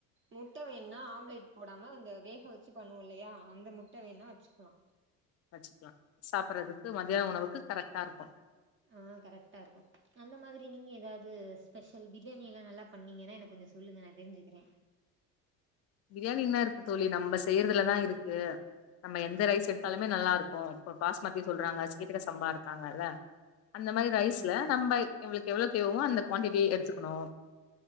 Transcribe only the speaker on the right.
முட்ட வேணுனா ஆம்லெட் போடாம அந்த வேக வச்சு பண்ணுவோல்லையா அந்த முட்ட வேணா வச்சுக்கலா
ஆ கரெக்டா இருக்கு அந்த மாதிரி நீங்க எதாவது ஸ்பெஷல் பிரியாணியெல்லா நல்லா பண்ணீங்கென்னா எனக் கொஞ்ச சொல்லுங்க நா தெரிஞ்சுக்கிறே
ம்